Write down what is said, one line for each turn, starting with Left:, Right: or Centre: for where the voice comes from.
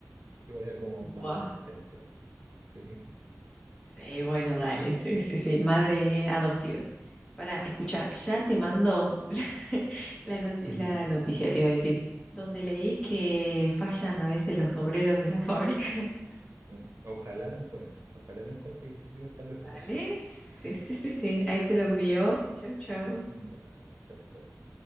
Right: que igual era como
Left: Buah.
Right: mamá a los sesenta Sí.
Left: Sí, bueno, dale, sí, sí, sí, madre adoptiva. Para, escucha, ya te mando <laughs> la, la noti-
Right: <laughs>
Left: la noticia, te iba a decir, donde leí que fallan a veces los obreros de la fábrica. <laughs>
Right: Mm, Ojalá lo encuentre, ojalá lo encuentre y yo voy a estarlo esperando.
Left: ¿Vale? Sí,
Right: <laughs>
Left: sí, sí, sí, ahí te lo envío. Chau, chau.
Right: Vale, chao, chao.